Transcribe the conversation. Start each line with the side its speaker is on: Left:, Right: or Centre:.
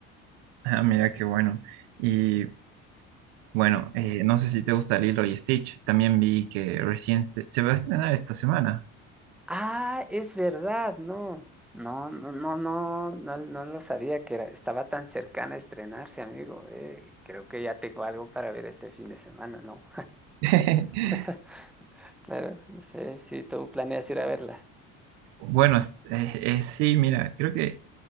Right: Ah, mira qué bueno. y Bueno, eh, no sé si te gusta Lilo y Stitch. También vi que recién se, se va a estrenar esta semana.
Centre: Ah, es verdad, no. No, no, no, no, no, no lo sabía que era- estaba tan cercana a estrenarse, amigo. eh, creo que ya tengo algo para ver este fin de semana, ¿no?
Right: <laughs>
Centre: <laughs> Claro, no sé si tú planeas ir a verla.
Right: Bueno, es- eh, eh, sí, mira, creo que